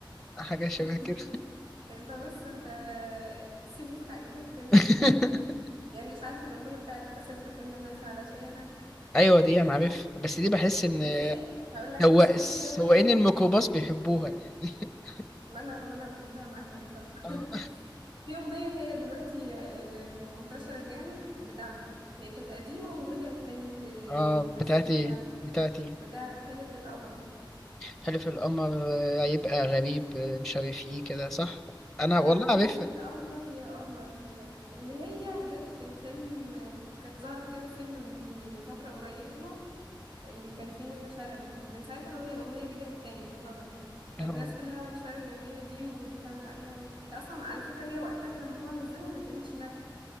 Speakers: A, in the centre; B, on the right.
A: حاجة شبه
B: <laughs>
A: كده
B: انت بص انت سيبه في حاله ما تتكلمش
A: <laughs>
B: عليه <laughs> يعني مش عارف الاغنيه بتاعت خسرت كل الناس علشانك
A: ايوه دي انا عارف بس دي بحس ان
B: وفي هقول لك
A: هو
B: صحيح
A: سواقين
B: في اغنيه
A: الميكروباص بيحبوها يعني <laughs>
B: ما انا ما انا بحبها معاهم بصراحه
A: اه
B: <laughs> في اغنيه هي دلوقتي آه، منتشره جامد بتاعته هي كانت قديمه ورجعت تاني ت...
A: آه،
B: الناس
A: بتاعتي
B: تتع-
A: بتاعتي
B: بتاعت حلف القمر
A: حلف القمر آه، هيبقى غريب آه، مش عارف ايه كده صح انا
B: بتاعت
A: والله
B: حلف
A: عارفها
B: القمر يا قمر مش عارفه اللي هي جت في الفيلم كانت ظهرت كده في فيلم من من فتره قريبه اللي كان فيه منة شلبي من ساعتها وهي الأغنية رجعت تاني ظهرت بقت
A: آه.
B: الناس كلها بتشير الأغنية دي وبتعمل عليها و... هي أصلا على فكرة هي وقتها لما هو نزلها ما كانتش ناجحة ما